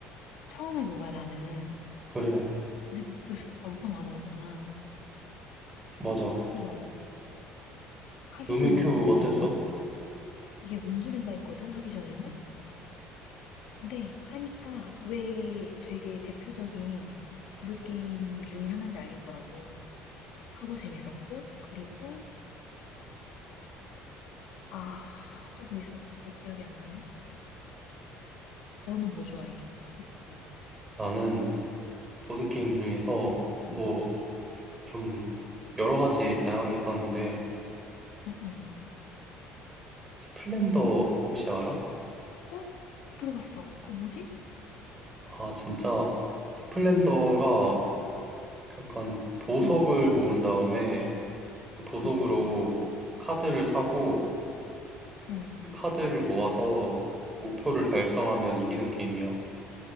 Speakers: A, on the left (about 70°); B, on the right (about 15°).
A: 처음 해본 거야 나는.
B: 그래,
A: 근데 막 그 숫자 엄청 많은 거잖아.
B: 맞아.
A: 그래서 하기
B: 루미
A: 전에는
B: 큐브
A: 이게
B: 어땠어?
A: 뭔 이게 뭔 소린가 했거든 하기 전에는. 근데 하니까 왜 되게 대표적인 보드 게임 중에 하나인지 알겠더라고. 그거 재밌었고 그리고 아 또 뭐 있었지 잘 기억이 안 나네. 너는 뭐 좋아해? 보드 게임.
B: 나는 보드게임 중에서 뭐 좀 여러 가지 다양하게 해봤는데,
A: 응응.
B: 스플렌더 혹시 알아?
A: 어? 들어봤어. 그거 뭐지?
B: 아, 진짜. 스플렌더가 약간 보석을
A: 응.
B: 모은 다음에 그 보석으로
A: 응응.
B: 카드를 사고
A: 응. 응.
B: 그 카드를 모아서 목표를 달성하면 이기는 게임이야.